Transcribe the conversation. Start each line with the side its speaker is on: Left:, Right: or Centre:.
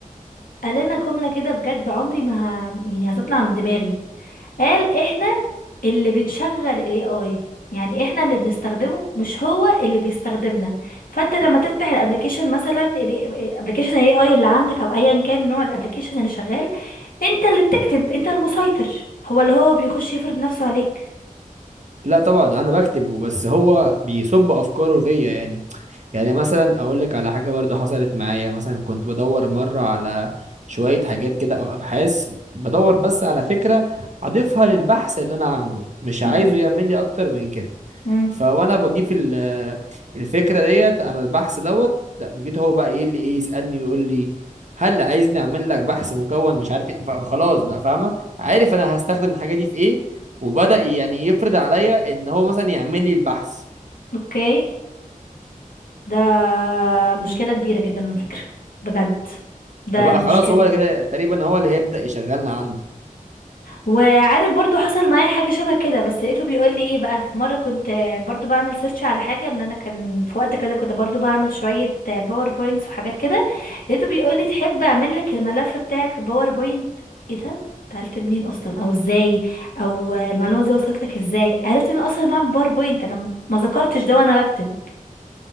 Left: قال لنا جملة كده بجد عمري ما ه... يعني هتطلع من دماغي قال احنا اللي بنشغل الاي اي يعني احنا اللي بنستخدمه مش هو اللي بيستخدمنا فانت لما تفتح الابلكيشن مثلا الابلكيشن الاي اي اللي عندك او ايا كان نوع الابلكيشن اللي شغال انت اللي بتكتب انت المسيطر هو اللي هو بيخش يفرض نفسه عليك
Right: لا طبعا انا بكتب بس هو بيصب افكاره فيا يعني يعني مثلا اقول لك على حاجه برضو حصلت معايا مثلا كنت بدور مره على شويه حاجات كده او ابحاث بدور بس على فكره اضيفها للبحث اللي انا عامله مش
Left: مم.
Right: عايزه يعمل لي اكتر من كده
Left: مم.
Right: فوانا بضيف ال- الفكره ديت على البحث دوت لا جيت هو بقى ايه اللي ايه يسالني يقول لي هل عايزني اعمل لك بحث مكون مش عارف ايه فخلاص بقى فاهمه عارف انا هستخدم الحاجه دي في ايه وبدا يعني يفرض عليا ان هو مثلا يعمل لي البحث
Left: اوكي ده مشكلة كبيرة جدا على فكرة بجد ده
Right: فبقى
Left: مشكلة
Right: خلاص هو كده تقريبا هو اللي هيبدا يشغلنا عنده
Left: وعارف برضو حصل معايا حاجة شبه كده بس لقيته بيقول لي ايه بقى في مرة كنت آه، برضو بعمل سيرش على حاجة ان انا كان في وقت كده كنت برضو بعمل شوية باوربوينتس وحاجات كده لقيته بيقول لي تحب اعمل لك الملف بتاعك في باوربوينت ايه ده انت عرفت منين اصلا او ازاي او آه، المعلومة دي وصلت لك ازاي عرفت ان اصلا بعمل باوربوينت انا ما ذكرتش ده وانا بكتب